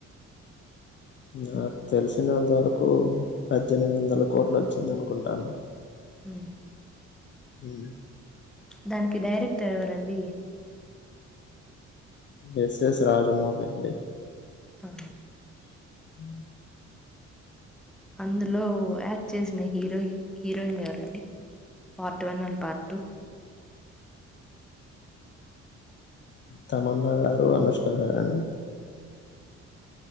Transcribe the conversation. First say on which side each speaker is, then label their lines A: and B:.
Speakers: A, on the left; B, in the centre.
A: నాకు తెలిసినంత వరకు పద్దెనిమిది వందల కోట్లు వచ్చింది అనుకుంటా అండి
B: ఊ
A: ఊ
B: దానికి డైరెక్టర్ ఎవరండి
A: ఎస్ ఎస్ రాజమౌళి అండి
B: ఆ
A: అ
B: అందులో యాక్ట్ చేసిన హీరో హీరోయిన్ గారండి part one and part two
A: Tamannaah గారు అనుష్క గారు అండి